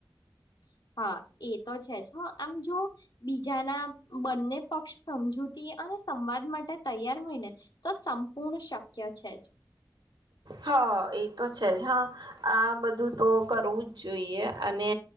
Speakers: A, on the left (about 70°); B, on the right (about 70°).
A: <inaudible> હા એ તો છે જ હ આમ જો બીજાના બંને પક્ષ સમજૂતી અને સંવાદ માટે તૈયાર હોય ને તો સંપૂર્ણ શક્ય છે જ.
B: હા એ તો છે જ હા આ બધું તો કરવું જ જોઈએ અને